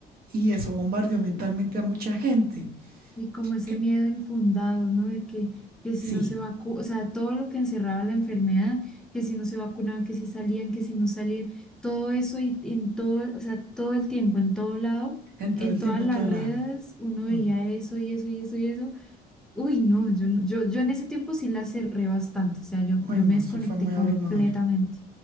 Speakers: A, on the right; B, in the centre.
A: y eso bombardeó mentalmente a mucha gente.
B: Y como ese
A: Eh,
B: miedo infundado, ¿no? De que, que
A: sí,
B: si no se vacuna, o sea, todo lo que encerraba la enfermedad, que si no se vacunaban, que si salían, que si no salían, todo eso y y en todo, o sea, todo el tiempo, en todo lado,
A: en todo
B: en
A: el
B: todas
A: tiempo, en
B: las
A: todo
B: redes,
A: lado.
B: uno veía
A: Mm.
B: eso y eso y eso y eso. Uy, no, yo, no- yo, yo en ese tiempo sí la cerré bastante, o sea, yo, yo
A: Uy, no,
B: me desconecté
A: eso fue muy
B: completamente.
A: abrumador.